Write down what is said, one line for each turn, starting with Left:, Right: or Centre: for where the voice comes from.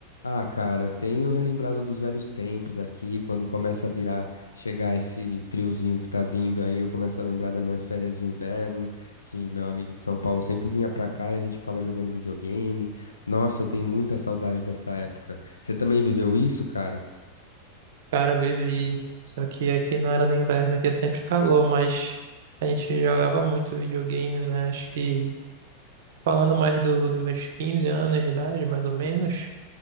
Left: Ah, cara, tenho relembrado dos velhos tempos aqui, quando começa a virar, chegar esse friozinho que tá vindo aí, eu começo a lembrar das minhas férias de inverno, que meu amigo de São Paulo sempre vinha pra cá e a gente ficava jogando videogame. Nossa, eu tenho muita saudade dessa época. Você também viveu isso, cara?
Right: Cara, vivi. Só que aqui não era no inverno, aqui é sempre calor, mas a gente jogava muito videogame, né? Acho que falando mais do, dos meus 15 anos de idade, mais ou menos,